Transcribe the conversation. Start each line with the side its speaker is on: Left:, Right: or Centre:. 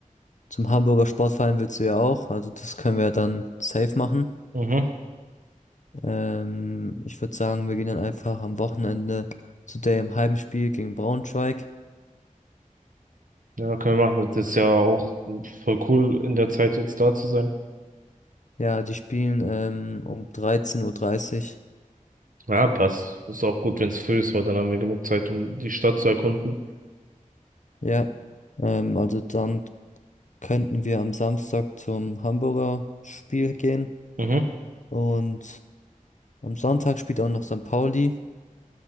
Left: Zum Hamburger Sportverein willst du ja auch, also das können wir dann safe machen.
Right: Mhm.
Left: Ähm, ich würde sagen, wir gehen dann einfach am Wochenende zu dem Heimspiel gegen Braunschweig.
Right: Ja, können wir machen. Das ist ja auch voll cool, in der Zeit jetzt da zu sein.
Left: Ja, die spielen ähm, um 13.30 Uhr. dreißig.
Right: Ja, passt. Ist auch gut, wenn es früh ist, weil dann haben wir genug Zeit, um die Stadt zu erkunden.
Left: Ja, ähm, also dann könnten wir am Samstag zum Hamburger Spiel gehen
Right: Mhm.
Left: und am Sonntag spielt auch noch St. Pauli